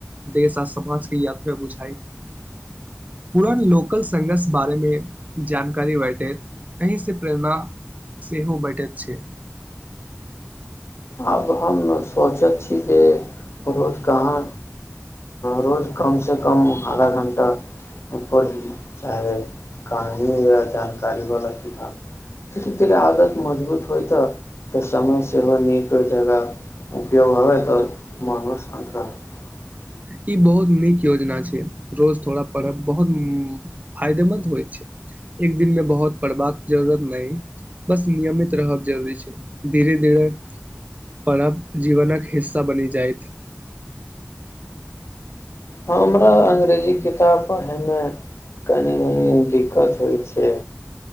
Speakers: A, on the right (about 35°); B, on the left (about 75°).
A: देश आ समाजके यात्रा बुझाइत पुरान लोकल संघर्ष बारेमे जानकारी बँटैत एहिीसँ प्रेरणा सेहो बेटैत छै।
B: आब हम सोचैत छी जे रोज कहाँ रोज कमसँ कम आधा घण्टा पढ़ी चाहे कहानी या जानकारीवला किताब धीरे धीरे आदत मजबूत होइततऽ तऽ समय सेहो नीक ओ जगापिय भ तऽ मनष शान्त रह रह। <unintelligible>
A: ई बहुत नीक योजना छै रोज थोड़ा पढ़ब बहुत फायदेमंन्द होइत छै एक दिन मे बहुत पढ़बाक जरूरत नहि बस नियमित रहब जरूरी छै धीरे धीरे पढ़ब जीवनक हिस्सा बनि जाय।
B: हमरा अंग्रेजी किताब पढ़े मे कनि दिक्कत होइ छै